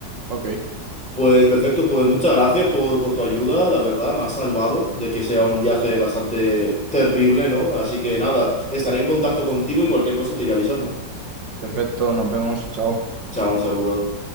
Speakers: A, on the right; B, in the centre.
A: ok.
B: Pues perfecto, pues muchas gracias por, por tu ayuda, la verdad, me has salvado de que sea un viaje bastante terrible, ¿no? Así que nada, estaré en contacto contigo y cualquier cosa te iré avisando.
A: Perfecto, nos vemos, chao.
B: Chao, un saludo.